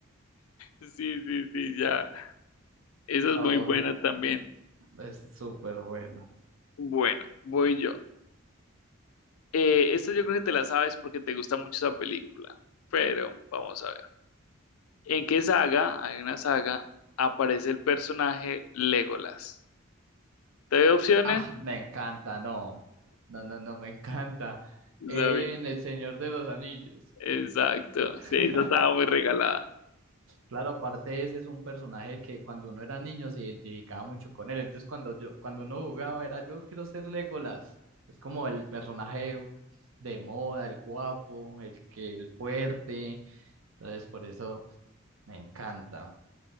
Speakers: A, on the left (about 80°); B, on the right (about 70°).
A: Sí, sí, sí, ya. Esa
B: Ok,
A: es muy buena también.
B: es súper bueno.
A: Bueno, voy yo. Eh, esta yo creo que te la sabes porque te gusta mucho esa película, pero vamos a ver. ¿En qué saga? Hay una saga, aparece el personaje Legolas. ¿Te doy opciones?
B: Ah, me encanta, no. No, no, no, me encanta. En
A: Sabía.
B: El Señor de los Anillos.
A: Exacto.
B: <laughs>
A: Sí, esa estaba muy regalada.
B: Claro, aparte ese es un personaje que cuando uno era niño se identificaba mucho con él. Entonces cuando yo, cuando uno jugaba era yo quiero ser Legolas. Es como el personaje de moda, el guapo, el que, el fuerte. Entonces por eso me encanta.